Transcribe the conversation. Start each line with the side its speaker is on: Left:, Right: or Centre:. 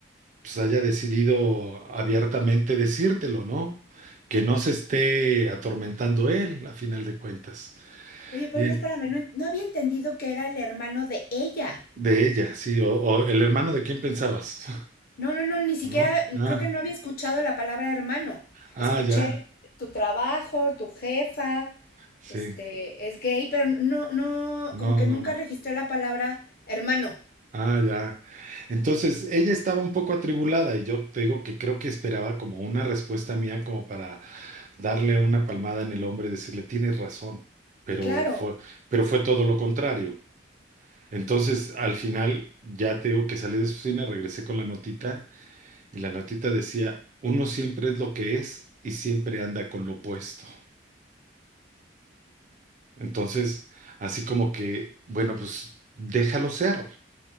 Right: pues haya decidido abiertamente decírtelo, ¿no? Que no se esté atormentando él, a final de cuentas.
Left: Oye, pero
Right: Y
Left: no, espérame, no, no había entendido que era el hermano de ella.
Right: de ella, sí, o, o el hermano de quién pensabas,
Left: No, no, no, ni siquiera,
Right: <laughs> ¿no? Ah,
Left: creo que no había escuchado la palabra hermano.
Right: ah,
Left: Escuché
Right: ya,
Left: tu trabajo, tu jefa,
Right: sí,
Left: este, es gay, pero no, no,
Right: no,
Left: como que
Right: no,
Left: nunca
Right: no.
Left: registré la palabra hermano.
Right: Ah, ya. Entonces, ella estaba un poco atribulada y yo te digo que creo que esperaba como una respuesta mía como para darle una palmada en el hombro y decirle, tienes razón, pero
Left: Claro,
Right: fue, pero fue todo lo contrario. Entonces, al final, ya te digo que salí de su oficina, regresé con la notita y la notita decía, uno siempre es lo que es y siempre anda con lo opuesto. Entonces, así como que, bueno, pues déjalo ser.